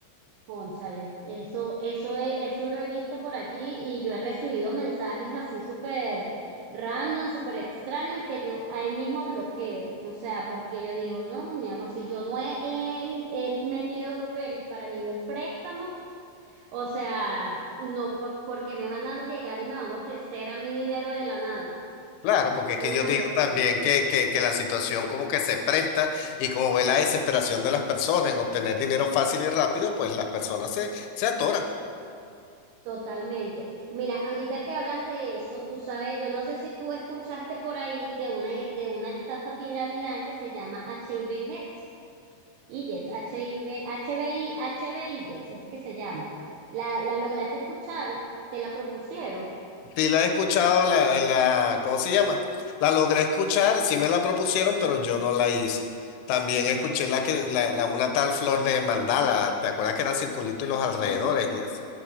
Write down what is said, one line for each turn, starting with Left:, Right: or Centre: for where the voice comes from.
Right: Cónchale, eso, eso he- eso lo he visto por allí y yo he recibido mensajes así súper random, súper extraños que yo ahí mismo bloqueo. O sea, porque yo digo, no, mi amor, si yo no he, he in- he metido papeles para ningún préstamo, o sea, no, po- porque me van a llegar y me van a ofrecer a mi dinero de la nada?
Left: Claro, porque es
Right: Es
Left: que
Right: una
Left: yo digo
Right: locura.
Left: también que, que, que la situación como que se presta y como ve la desesperación de las personas en obtener dinero fácil y rápido, pues las personas se, se atoran.
Right: Totalmente. Mira, ahorita que hablas de eso, tú sabes, yo no sé si tú escuchaste por ahí de una, de una estafa piramidal que se llama HIV Heads, y Jets, I I H H V, B I, H B I Jets, es que se llama. La, la lograste escuchar, te la propusieron.
Left: Sí la he escuchado, la, la, ¿cómo se llama? La logré escuchar, sí me la propusieron, pero yo no la hice. También escuché la que, la, la- una tal flor de mandala, ¿te acuerdas que eran circulitos y los alrededores?
Right: <laughs>
Left: y así